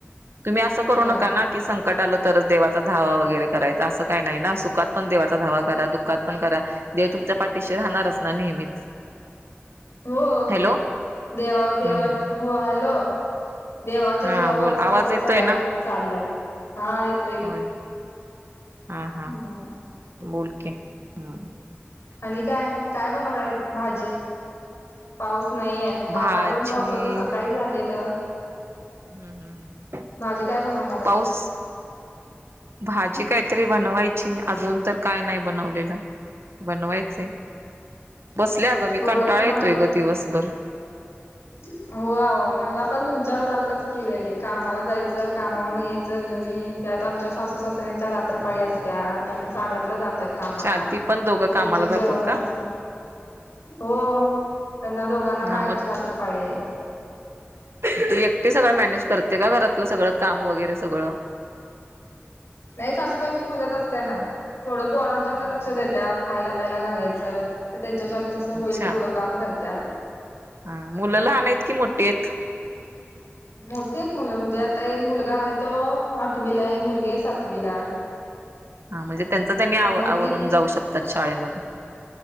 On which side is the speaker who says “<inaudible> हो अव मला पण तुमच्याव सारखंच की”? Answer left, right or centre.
Left